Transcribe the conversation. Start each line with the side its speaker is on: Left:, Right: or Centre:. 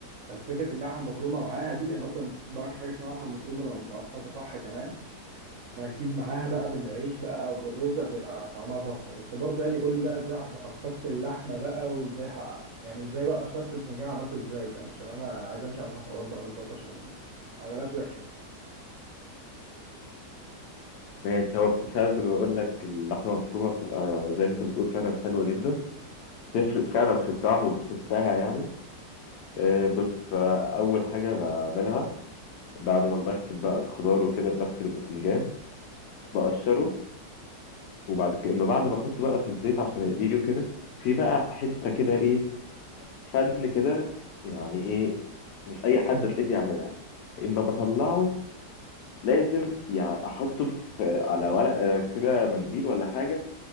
Right: بس فكرة اللحمة المفرومة معاها دي أنا أصلا مبعرفش حاجة اسمها لحمة مفرومة لو متعصقة صح كمان فأكيد معاها بقى بالعيش بقى أو بالرز هتبقى طعمها تحفة بس برضه يعني قول لي بقى إزاي عصقت اللحمة بقى وإزاي حقق. يعني إزاي بقى شرط البتنجان عملته إزاي فاهم عشان أنا عايز أمشي على الخطوات بقى بالظبط عشان ما أعملهاش وحشة
Left: ماشي هو فعلا زي ما بقول لك اللحمة المفرومة بتبقى زي ما أنت بتقول فعلا حلوة جدا تفرق فعلا في الطعم وبتحسها يعني آه، بص آه، أول حاجة بعملها بعد ما بغسل بقى الخضار وكده بغسل الباذنجان بقشره وبعد كده أما بعد ما احطه بقى في الزيت عشان اقليه وكده في بقى حته كده ايه فن كده يعني ايه مش اي حد تلاقيه بيعملها اما بطلعه لازم يعني احطه في على ورقه كده منديل ولا حاجه